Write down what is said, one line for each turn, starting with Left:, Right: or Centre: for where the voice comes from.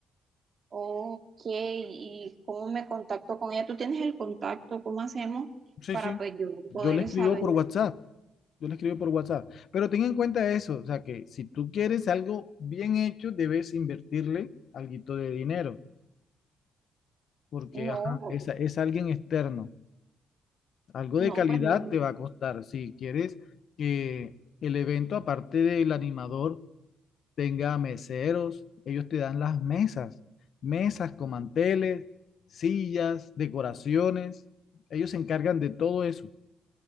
Right: Ok, ¿y cómo me contacto con ella? ¿Tú tienes el contacto? ¿Cómo hacemos
Left: Sí,
Right: para
Left: sí.
Right: pues yo
Left: Yo
Right: poder
Left: le escribo
Right: saber?
Left: por WhatsApp. Yo le escribo por WhatsApp. Pero ten en cuenta eso, o sea que si tú quieres algo bien hecho, debes invertirle alguito de dinero, porque
Right: No,
Left: ajá, es, es alguien externo. Algo
Right: no,
Left: de calidad
Right: pues no.
Left: te va a costar. Si quieres que el evento, aparte del animador, tenga meseros, ellos te dan las mesas, mesas con manteles, sillas, decoraciones. Ellos se encargan de todo eso.